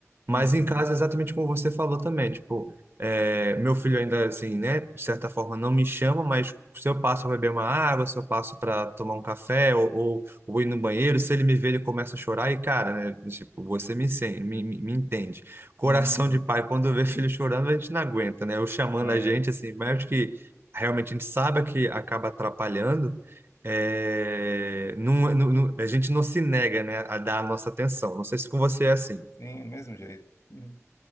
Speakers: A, on the right; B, on the left.
A: Mas
B: uhum,
A: em casa, exatamente como você falou também, tipo, é, meu filho ainda, assim, né, de certa forma não me chama, mas se eu passo para beber uma água, se eu passo para tomar um café ou, ou, ou ir no banheiro, se ele me vê, ele começa a chorar e, cara, né, tipo, você me, sen- me, me me entende. Coração
B: uhum.
A: de pai, quando vê <laughs> filho chorando, a gente não aguenta, né, ou chamando
B: É,
A: a gente, assim, mas acho que realmente a gente sabe que acaba atrapalhando, é, não, não, não- a gente não se nega, né, a dar a nossa atenção. Não sei se com você é assim.
B: sim, do mesmo jeito. Uhum.